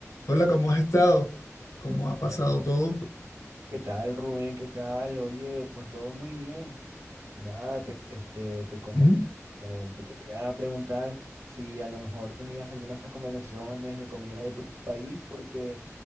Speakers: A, on the left; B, on the right.
A: Hola, ¿cómo has estado? ¿Cómo ha pasado todo?
B: ¿Qué tal, Rubén? ¿Qué tal? Oye, pues todo muy bien. Nada, te, este, te, come-
A: Ujú.
B: eh, te quería preguntar si a lo mejor tenías algunas recomendaciones de comida de tu país, porque